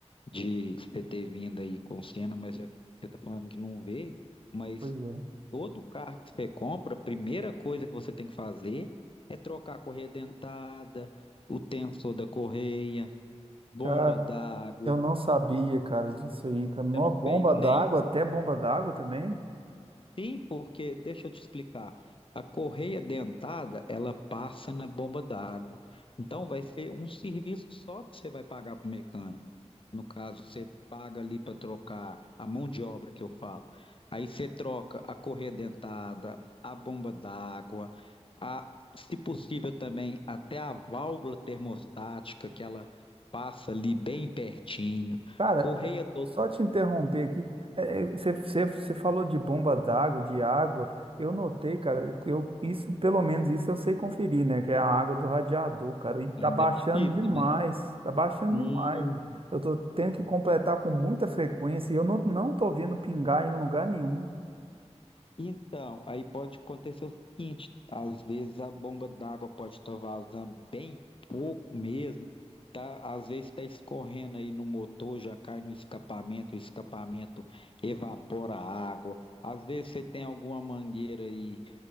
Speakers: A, on the left (about 50°); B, on the right (about 50°).
A: de você ter vindo aí com Siena, mas já você tá falando que não veio. Mas
B: Pois é.
A: Todo carro que você compra, a primeira coisa que você tem que fazer é trocar a correia dentada, o tensor da correia, bomba
B: Cara,
A: d'água.
B: eu não sabia, cara, disso aí, cara. Nó,
A: Não
B: bomba
A: fez nem.
B: d'água, até bomba d'água também.
A: Sim, porque, deixa eu te explicar, a correia dentada, ela passa na bomba d'água. Então, vai ser um serviço só que você vai pagar para o mecânico. no caso, você paga ali para trocar a mão de obra que eu falo. Aí você troca a correia dentada, a bomba d'água, a, se possível também até a válvula termostática que ela passa ali bem pertinho,
B: Cara,
A: correia
B: é-
A: dotada,
B: só te interromper aqui, é, é, você você- você falou de bomba d'água, de água. Eu notei, cara, porque eu, isso, pelo menos isso eu sei conferir, né? Que é a água do radiador, cara. E tá baixando
A: é possível
B: demais,
A: também.
B: tá baixando
A: Hum,
B: demais. Eu tô tendo que completar com muita frequência e eu não, não tô vendo pingar em lugar nenhum.
A: Então, aí pode acontecer o seguinte: às vezes a bomba d'água pode estar vazando bem pouco mesmo, tá? Às vezes está escorrendo aí no motor, já cai no escapamento, o escapamento evapora a água. Às vezes você tem alguma mangueira aí